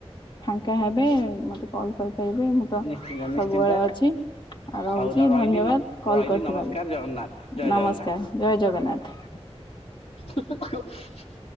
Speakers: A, on the left; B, on the left.
A: ଫାଙ୍କା ହେବେ ମତେ କଲ୍ କରିପାରିବେ ମୁଁ ତ
B: ନିଶ୍ଚିନ୍ତ
A: ସବୁବେଳେ
B: ନିଶ୍ଚିନ୍ତ
A: ଅଛି। ଆଉ ରହୁଛି
B: ହଉ ରହିଲି
A: ଧନ୍ୟବାଦ୍ କଲ୍
B: ରହିଲି
A: କରିିଥିବାରୁ
B: ନମସ୍କାର ଜଗନ୍ନାଥ ଜୟ
A: ନମସ୍କାର୍
B: ଜଗନ୍ନାଥ।
A: ଜୟ୍ ଜଗନ୍ନାଥ୍।
B: <inaudible>